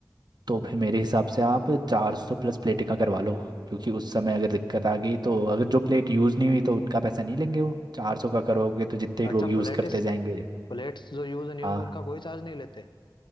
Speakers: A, on the right; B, on the left.
A: तो फिर मेरे हिसाब से आप चार सौ प्लस प्लेटें का करवा लो क्योंकि उस समय अगर दिक्कत आ गई तो अगर जो प्लेट यूज़ नहीं हुई तो उनका पैसा नहीं लेंगे वो चार सौ का करोगे तो जितने लोग
B: अच्छा
A: यूज़
B: प्लेटिस
A: करते जाएंगे
B: प्लेट्स जो यूज नहीं
A: हाँ
B: होंगी उनका कोई चार्ज नहीं लेते